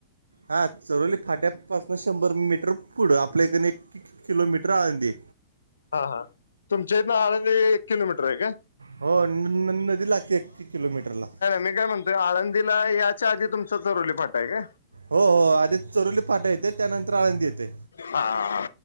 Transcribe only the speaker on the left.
हा हा तुमच्या इ ना आळली एक किलोमीटर आहे का
मेघा म्हंत्री आळंदीला याच्या आधी तुमचा तरुली फाटा आहे का
हा हा